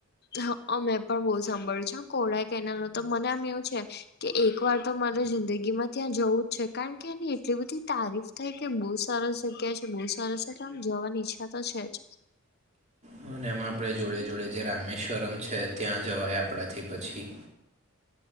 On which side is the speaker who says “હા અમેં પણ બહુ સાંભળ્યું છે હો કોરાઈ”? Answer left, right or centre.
Left